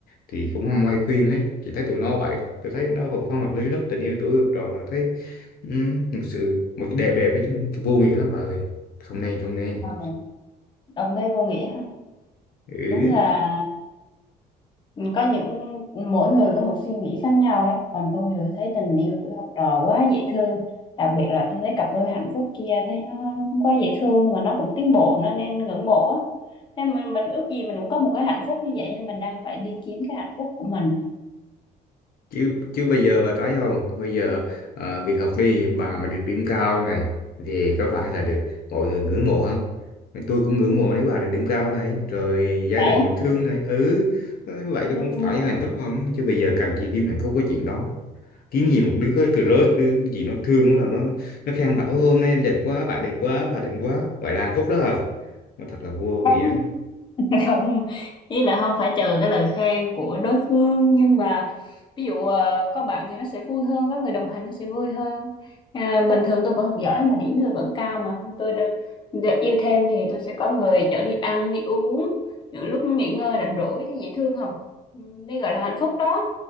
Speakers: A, on the left; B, on the left.
A: thì cũng không ai khuyên hết chỉ thấy tụi nó vậy thôi tôi thấy nó cũng không hợp lý lắm tình yêu tuổi học trò là thấy ừ, thực sự một cái đẹp đẹp ấy chứ vô nghĩa lắm bà ơi không nên không nên
B: Ờ, đồng thấy vô nghĩa ha
A: ừ
B: đúng là Ừ, có những mỗi người có một suy nghĩ khác nhau đấy còn tôi thì thấy tình yêu tuổi học trò quá dễ thương đặc biệt là tôi thấy cặp đôi hạnh phúc kia thấy nó quá dễ thương mà nó cũng tiến bộ nó nên ngưỡng mộ á nên mình, mình ước gì mình cũng có một cái hạnh phúc như vậy nên mình đang phải đi kiếm cái hạnh phúc của mình
A: chứ chứ bây giờ bà thấy không bây giờ ờ, việc học đi bà mà được điểm cao này thì có phải là được mọi người ngưỡng mộ không tôi cũng ngưỡng mộ nếu bà được điểm cao này rồi gia
B: vậy
A: đình
B: á.
A: cũng thương này ừ ờ, vậy nó cũng
B: Ừ,
A: phải hạnh phúc không chứ bây giờ cần chị kiếm hạnh phúc cái chuyện đó kiếm gì một đứa cái crush đứa gì nó thương bắt đầu nó nó khen bà ô hôm nay em đẹp quá bạn đẹp quá bà đẹp quá vậy là hạnh phúc đó hả nó thật là vô
B: không
A: nghĩa
B: <laughs> không ý là không phải chờ cái lời khen của đối phương nhưng mà ví dụ ờ, có bạn thì nó sẽ vui hơn có người đồng hành nó sẽ vui hơn à, bình thường tôi cũng học giỏi mà điểm tôi vẫn cao mà tôi đ- đ- yêu thêm thì tôi sẽ có người chở đi ăn đi uống những lúc nghỉ ngơi rảnh rỗi thì dễ thương không Ừ, đây gọi là hạnh phúc đó